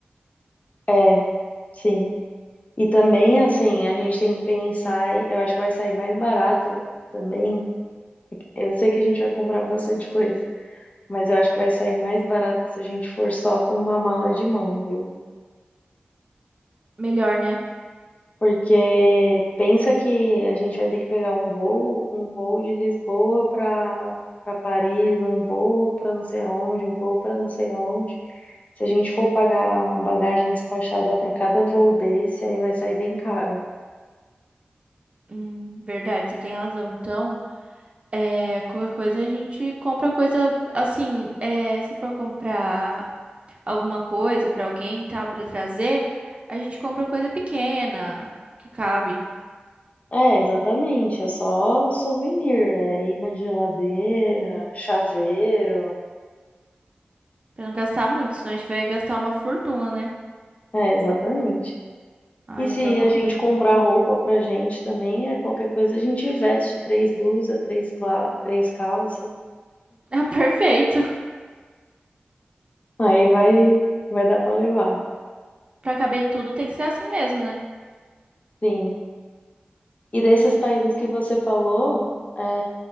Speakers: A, on the left; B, on the right.
A: É, sim. E também, assim, a gente tem que pensar, em- eu acho que vai sair mais barato também Eu sei que a gente vai comprar bastante coisa, mas eu acho que vai sair mais barato se a gente for só com uma mala de mão, viu?
B: Melhor, né?
A: Porque pensa que a gente vai ter que pegar um voo, um voo de Lisboa para para Paris, um voo para não sei onde, um voo para não sei onde. Se a gente for pagar bagagem despachada para cada voo desse, aí vai sair bem caro.
B: Hum, verdade, você tem razão. Então, é, qualquer coisa a gente compra coisa assim, é, se for comprar. alguma coisa pra alguém e tal, pra trazer, a gente compra coisa pequena, que cabe,
A: É, exatamente, é só souvenir, é imã de geladeira, chaveiro.
B: Pra não gastar muito, senão a gente vai gastar uma fortuna, né?
A: É, exatamente.
B: Ah,
A: E se
B: então não
A: a gente
B: dá.
A: comprar roupa pra gente também, é qualquer coisa, a gente veste três blusas, três, cla- três calças.
B: <laughs> Ah, perfeito.
A: Aí vai, vai dar pra levar.
B: Pra caber tudo tem que ser assim mesmo, né?
A: Sim. E desses
B: Ah, então.
A: países que você falou, é,